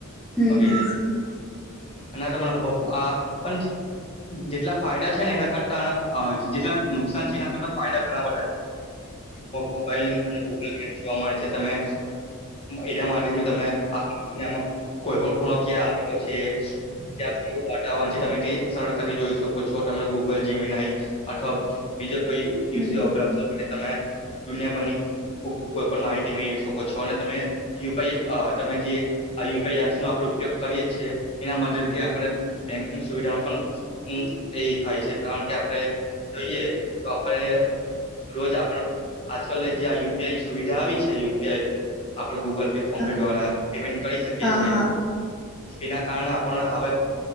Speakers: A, in the centre; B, on the left (about 25°).
A: હમ
B: વગેરે. અને આ તમારા પપ <unintelligible> જેટલા ફાયદા છે ને એના કરતા આના જેટલા નુકસાન છે, એના કરતા ફાયદા ઘણા બધા છે. મોબાઈલ ની અંદરને ગૂગલ મેપ જોવા મળે છે તમે. એના માટે તમે આમાં કોઈ પણ ખૂણો ક્યાં આવેલો છે. ત્યાં કેવું વાતાવરણ છે તમે તે સરળતાથી જોઈ શકો છો તમે ગૂગલ જીવી નાય. અથવા બીજો કોઈ
A: હમ
B: યુસી તમે દુનિયા ભની. કોઈ પણ માહિતી મેળવી શકો છો અને તમે યુપી તમે જે. યુપીઆઈ એપ્સ નો આપડે ઉપયોગ કરીએ છીએ એના મદદથી આપણે બેંકિંગ સુવિધાઓ પણ હમ એ થાય છે કારણ કે આપડણે જોઈએ તો આપણે રોજ આપડ આજકાલ ને જ્યાં યુપીઆઈની સુવિધા આવી છે યુપીઆઈ આપડણે ગૂગલ પે ફોન
A: હા
B: પે દ્વારા પેમેન્ટ કરી શકીએ
A: હા
B: છીએ
A: હા
B: એના કારણે આપણ હવે